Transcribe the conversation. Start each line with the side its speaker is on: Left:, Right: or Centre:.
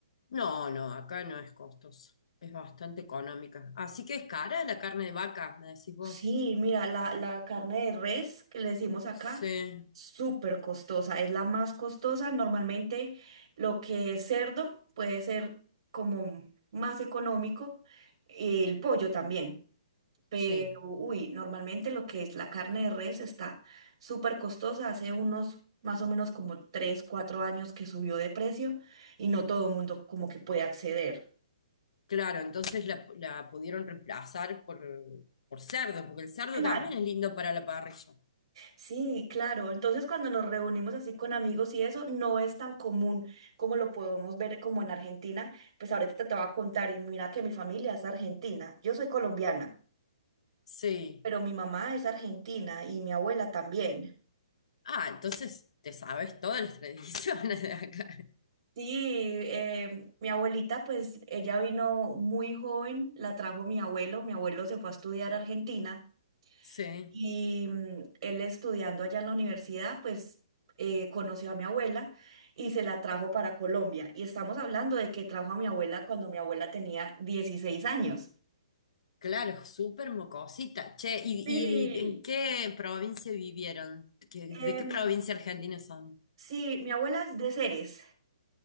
Left: No, no, acá no es costoso, es bastante económica. Así que es cara la carne de vaca, me decís vos.
Right: Sí, mira, la, la carne de res que le decimos acá,
Left: Sí,
Right: súper costosa, es la más costosa. Normalmente lo que es cerdo puede ser como más económico, el pollo también, pero
Left: sí.
Right: uy, normalmente lo que es la carne de res está súper costosa. Hace unos más o menos como 3 4 años que subió de precio y no todo el mundo como que puede acceder.
Left: Claro, entonces la, la pudieron reemplazar por, por cerdo, porque el cerdo
Right: <clears throat> Claro.
Left: también es lindo para la parrilla.
Right: Sí, claro. Entonces, cuando nos reunimos así con amigos y eso, no es tan común como lo podemos ver como en Argentina. Pues ahorita te, te voy a contar, y mira que mi familia es argentina. Yo soy colombiana,
Left: Sí.
Right: pero mi mamá es argentina y mi abuela también.
Left: Ah, entonces te sabes todas las tradiciones de acá.
Right: Sí, eh, mi abuelita, pues ella vino muy joven, la trajo mi abuelo. Mi abuelo se fue a estudiar a Argentina.
Left: Sí.
Right: Y mm, él estudiando allá en la universidad, pues eh, conoció a mi abuela y se la trajo para Colombia. Y estamos hablando de que trajo a mi abuela cuando mi abuela tenía dieciséis años.
Left: Claro, súper mocosita. Che, ¿y,
Right: Sí.
Left: y en qué provincia vivieron? ¿Qué- ¿De
Right: Em,
Left: qué provincia argentina son?
Right: sí, mi abuela es de Ceres,